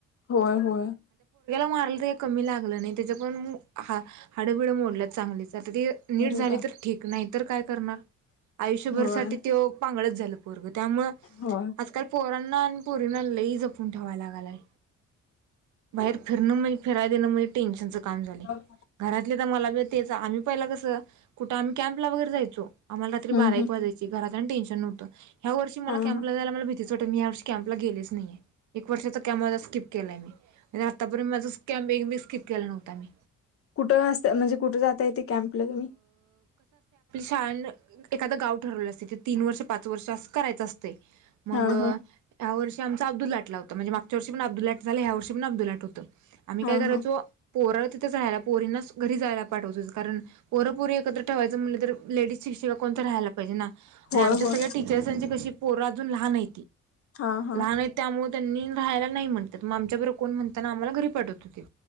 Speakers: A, on the left; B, on the right.
A: होय होय.
B: मार लाग नाही त्या पण हडबिड मोडत चांगली नीट
A: अरे
B: झाली
A: बाप
B: तर ठीक नाही तर काय करणार, आयुष्यभरसाठी
A: होय
B: तो पांगळच झालं पोरग त्यामूळ
A: होय
B: आजकाल पोरांना. पोरीना लई जपून ठेवायला लागालाय. बाहेर फिरणं म्हनजे फिरायला देणं म्हणजे टेन्शनच काम झालेय.
A: हम्म
B: घरातले तर मला, ब तेच, आम्ही पहिला कसं कुठं आम्ही कॅम्पला वगैरे जायचो, आम्हारात्री बारा
A: हम्म
B: एक वाजता. घरात टेन्शन नव्हत या वर्ष मला
A: हा
B: कॅम्पला
A: हा
B: जायला भीतीच वाटे मी या वर्षी कॅपला गेलेच नाहीय. एक वर्षाचा कॅम्प स्किप केलाय, मी म्हणजे आत्तापर्यंत माझा कॅम्प स्किप केला नव्हता मी.
A: कुठंत म्हणजे कुठे, जाता येते, कॅम्पला तुम्ही.
B: छान एखादं गाव ठरवलं असते ते तीन वर्ष पाच वर्ष असं करायचं असते मग.
A: हा हा
B: वर्ष आमचा अब्दुलाटला होताणज मागच्या वष पण अबदु लाट झा ह्यार्षीण अब्दुलाट होत. आम्ही
A: हा
B: काय करायचो
A: हा
B: पोराळ तिथं राहायला. पोरीनाच घरी जायला पाठवत, कारण पोरपोरी एकत्र ठेवायचं, म्हटलं तर लेडीज शिक्षिका कोणत राहायला पाहिजे ना. आणि
A: होय
B: आमच्या
A: होय
B: सगळ्यां टीचर्सची कशी पोर अजून लहान हो
A: हा हा
B: लहान त्यामुळे. त्यांनी राहायला नाही म्हणतात, मगं आमच्याबरोर कोण म्हणताना, आम्हाला घरी पाठवत होतीत